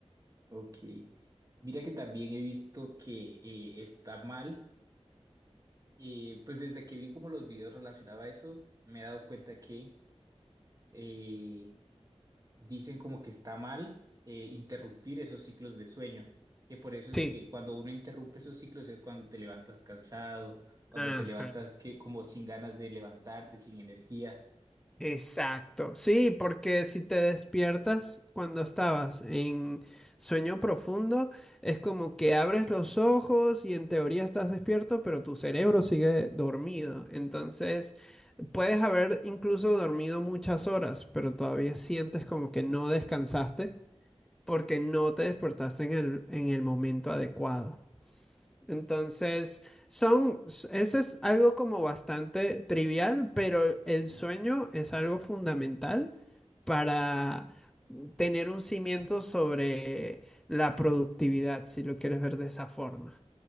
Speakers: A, on the right (about 30°); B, in the centre.
A: ok. Mira que también he visto que eh, está mal. eh, pues desde que vi como los videos relacionados a eso, me he dado cuenta que eh, dicen como que está mal eh, interrumpir esos ciclos de sueño. Que por eso es
B: Sí.
A: que cuando uno interrumpe esos ciclos es cuando te levantas cansado, cuando
B: Ajá.
A: te levantas que como sin ganas de levantarte, sin energía.
B: Exacto, sí, porque si te despiertas cuando estabas en sueño profundo, es como que abres los ojos y en teoría estás despierto, pero tu cerebro sigue dormido. Entonces, puedes haber incluso dormido muchas horas, pero todavía sientes como que no descansaste porque no te despertaste en el, en el momento adecuado. Entonces, son, s- eso es algo como bastante trivial, pero el sueño es algo fundamental para tener un cimiento sobre la productividad, si lo quieres ver de esa forma.